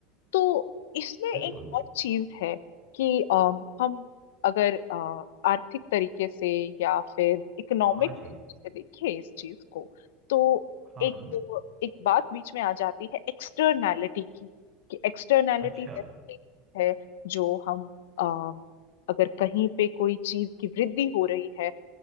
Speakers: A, on the left; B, on the right.
A: तो इसमें एक
B: बिल्कुल
A: और चीज है कि अम, हम अगर अ, आर्थिक तरीके से या फिर इकोनॉमिक
B: हाँ जी
A: तरीके से देखें इस चीज को तो
B: हाँ
A: एक
B: हाँ
A: एक बात बीच में आ जाती है एक्सटर्नैलिटी की कि एक्सटर्नैलिटी
B: अच्छा
A: वैसी एक चीज है जो हम अ, अगर कहीं पे कोई चीज की वृद्धि हो रही है